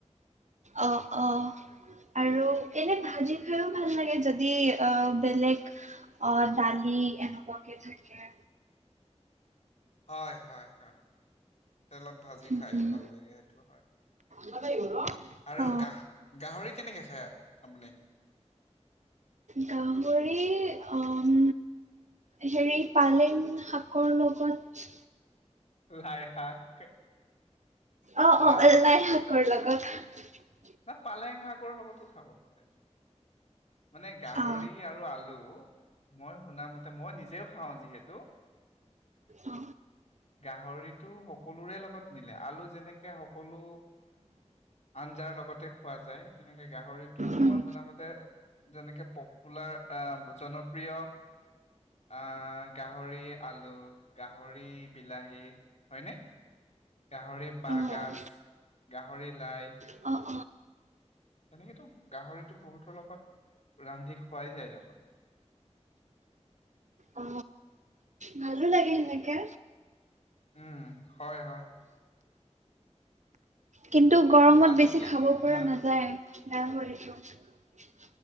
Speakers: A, on the right; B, on the left.
A: অ', অ'। আৰু, এনে ভাজি খাইও ভাল লাগে। যদি, আ, বেলেগ, আ, দালি এনেকুৱাকে থাকে।
B: হয়, হয়, হয়। তেলত ভাজি
A: উম,
B: খায়ো
A: উম,
B: ভাল লাগে। সেইটো হয়।
A: <unintelligible>
B: আৰু,
A: অ
B: গাহ, গাহৰি কেনেকৈ খাই? আপুনি?
A: গাহৰি উম, হেৰি পালেং শাকৰ লগত
B: লাই শাক।
A: অ, অ,
B: হয় হয়
A: লাই শাকৰ লগত <unintelligible>
B: পালেং শাকৰ লগতো খাব পাৰে। মানে গাহৰি
A: অ
B: আৰু আলু। মই শুনা মতে, মই নিজেও খাওঁ যিহেত <unintelligible>
A: অ।
B: গাহৰিতো সকলোৰে লগত মিলে, আলু যেনেকে সকলো আঞ্জাৰ লগত তে খোৱা যায়। তেনেকে গাহৰিতটো
A: উম
B: মই শুনা মতে যেনেকে পপুলাৰ আ' জনপ্ৰিয়, আ' গাহৰি আলু, গাহৰি বিলাহী হয়নে। গাহৰি
A: অ',
B: বাঁহ গাজ, গাহৰি লাই।
A: অ',
B: তেনেকেতো গাহৰিটো বহুতৰ লগত, ৰান্ধি খোৱাই যায় দেখোন।
A: অ, ভালো লাগে সেনেকে।
B: উম, হয় হয়।
A: কিন্তু গৰমত
B: আজি
A: বেছি
B: কি
A: খাব পৰা
B: হা
A: নাযায়। গাহৰিটো।